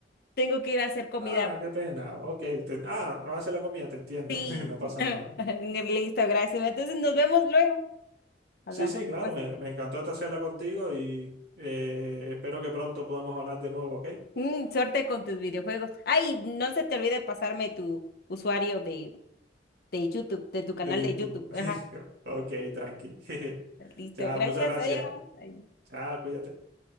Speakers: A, on the left; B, on the right.
A: Tengo que ir a hacer comida.
B: Ah, qué pena. Ok, te- ah, va a hacer la comida, te entiendo,
A: Sí.
B: <laughs> no pasa
A: <laughs>
B: nada.
A: Listo, gracias. Entonces nos vemos luego. Hablamos
B: Sí, sí, claro,
A: después.
B: me, me encantó esta charla contigo y eh, espero que pronto podamos hablar de nuevo, ¿ok?
A: Mm, suerte con tus videojuegos. Ay, no se te olvide pasarme tu usuario de, de YouTube, de tu canal
B: de YouTube.
A: de YouTube.
B: <laughs>
A: Ajá.
B: Ok, tranqui. <laughs>
A: Listo.
B: Chao,
A: Gracias.
B: muchas gracias.
A: Adiós. Ay.
B: Chao, cuídate.